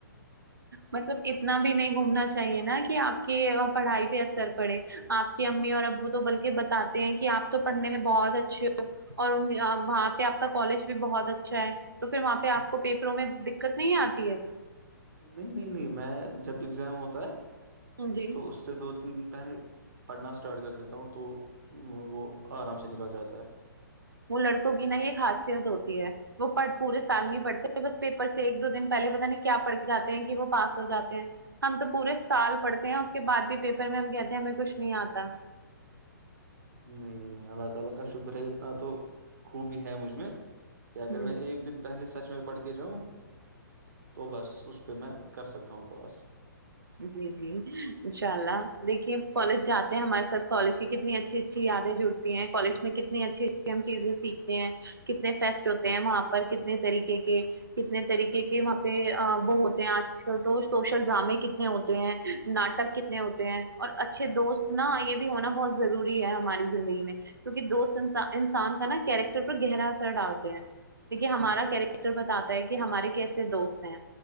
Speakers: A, on the right; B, on the right.
A: مطلب اتنا بھی نہیں گھومنا چاہیے نا کہ آپ کی پڑھائی پہ اثر پڑے آپ کی امی اور ابو تو بلکہ بتاتے ہیں کہ آپ تو پڑھنے میں بہت اچھے ہو اور وہاں پہ آپ کا کالج بھی بہت اچھا ہے تو پھر وہاں پہ آپ کو پیپروں میں دقت نہیں آتی ہے
B: نہیں نہیں نہیں میں جب ایگزام ہوتا ہے
A: ہاں جی
B: اس سے دو تین دن پہلے پڑھنا اسٹارٹ کر دیتا ہوں تو وہ آرام سے نکل جاتا ہے
A: وہ لڑکوں کی نہ یہ خاصیت ہوتی ہے وہ پڑ پورے سال نہیں پڑھتے تھ بس پیپر سے ایک دو دن پہلے پتا نہیں کیا پڑھ کے جاتے ہیں کہ وہ پاس ہو جاتے ہیں ہم تو پورے سال پڑھتے ہیں اس کے بعد بھی پیپر میں ہم کہتے ہیں ہمیں کچھ نہیں آتا
B: نہیں اللہ تعالی کا شکر ہے اتنا تو خوبی ہے مجھ میں کہ اگر
A: ہ
B: میں ایک دن پہلے سچ میں پڑھ کے جاؤں تو بس اس پہ میں کر سکتا ہوں پاس
A: جی جی انشاء اللہ دیکھیے کالج جاتے ہیں ہمارے ساتھ کالج کی کتنی اچھی اچھی یادیں جڑتی کالج میں کتنی اچھی اچھی ہم چیزیں سیکھتے ہیں کتنے فیسٹ ہوتے ہیں وہاں پر کتنے طریقے کے کتنے طریقے کے وہاں پہ وہ ہوتے ہیں آج کل تو سوشل ڈرامے کتنے کتنے ہوتے ہیں ناٹک کتنے ہوتے ہیں اور اچھے دوست نا یہ بھی ہونا بہت ضروری ہے ہماری زندگی میں کیونکہ دوست انسان کا نا کیریکٹر پر گہرا اثر ڈالتے ہیں دیکے ہمارا کیریکٹر بتاتا ہے کہ ہمارے کیسے دوست ہیں